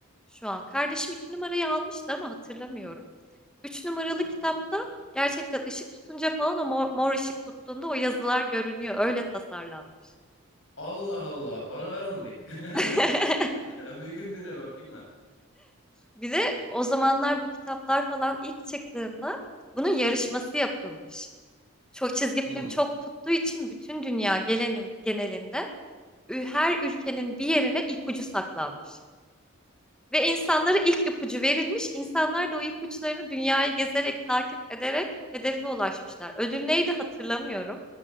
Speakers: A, in the centre; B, on the left.
A: Şu an kardeşim 2 numarayı almıştı ama hatırlamıyorum. Üç numaralı
B: Aa,
A: kitapta gerçekten ışık tutunca falan o mor, mor ışık tuttuğunda o yazılar görünüyor. Öyle tasarlanmış.
B: Allah Allah bana ver onu bir. <laughs>
A: <laughs>
B: Bir günlüğüne bakayım ben.
A: Bir de o zamanlar bu kitaplar falan ilk çıktığında bunun yarışması yapılmış. Çok çizgi
B: Hmm,
A: film çok tuttuğu için bütün dünya gelenin genelinde ü- her ülkenin bir yerine ipucu saklanmış. Ve insanlara ilk ipucu verilmiş. İnsanlar da o ipuçlarını dünyayı gezerek, takip ederek hedefe ulaşmışlar. Ödül neydi hatırlamıyorum.